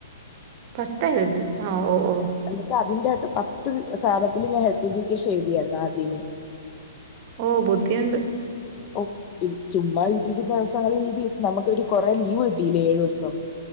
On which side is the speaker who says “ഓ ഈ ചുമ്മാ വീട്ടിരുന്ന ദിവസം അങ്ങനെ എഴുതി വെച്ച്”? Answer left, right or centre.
Left